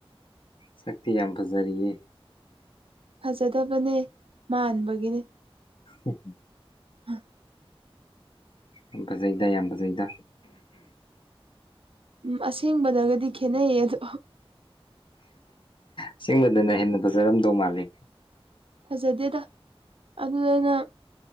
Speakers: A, on the left; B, on the right.
A: ꯁꯛꯇꯇꯤ ꯌꯥꯝꯄ ꯔꯤꯌꯦ
B: ꯐꯖꯗꯕꯅꯦ ꯃꯥꯟꯕꯒꯤꯅꯦ
A: ꯎ
B: ꯍꯥ
A: ꯑꯝꯕꯁꯩꯗ ꯌꯥꯝꯝꯕꯖꯩꯗ
B: ꯎꯝ ꯑꯁꯦꯡꯕꯗꯒꯗꯤ ꯈꯦꯠꯅꯩꯌꯦ ꯑꯗꯣ
A: ꯑꯁꯤꯒꯕꯗꯅ ꯍꯦꯟꯅ ꯐꯖꯔꯝꯗꯧ ꯃꯥꯜꯂꯤ
B: ꯐꯖꯗꯦꯗ ꯑꯗꯨꯗꯨꯅ